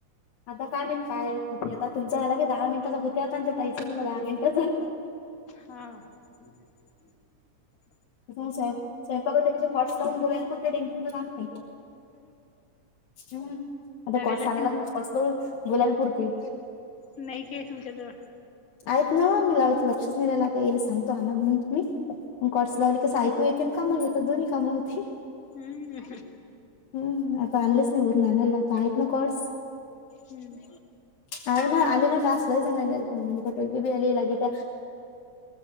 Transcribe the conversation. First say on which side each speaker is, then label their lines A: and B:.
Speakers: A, on the left; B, on the left.
A: आता कायम काय कुे आता तुमचा झाला की दहा मिनिटा तर होते आता.. त्यायच मला दहा मिनिटाचा..
B: हा.. ह..
A: तसगवपागचे कॉर्स लावून बोलायण टेशन नाही.. हम्म आता
B: लावेल
A: कॉटसनाला
B: असेल ना
A: कॉट्स बुलालपूर ते.
B: नाही काे तुमच्या जवळ.
A: आहेत ना मी लावित लक्षच नाही राहिला आता येईल सांगतो ह ना म्हणून मी कॉटस लावली कसं. कु येेत काम जातो्ही कामं होती.
B: हम्म.
A: हम्म आता अनलसनी उर ननल आयत ना काडस.
B: हम्म.
A: अ ना आली ना टास लाज ना मोठली बी आले लागित.